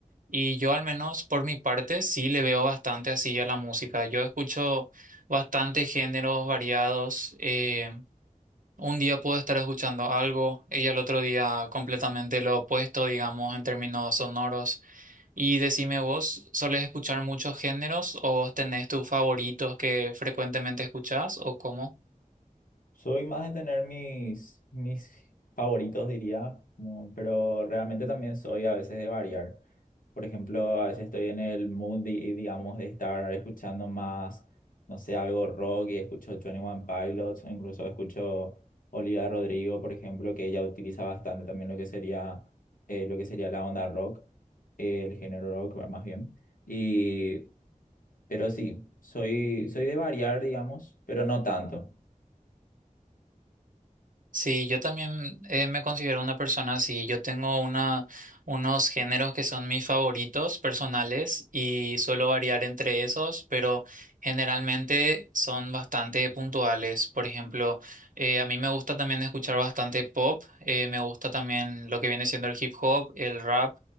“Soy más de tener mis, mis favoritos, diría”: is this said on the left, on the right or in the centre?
Left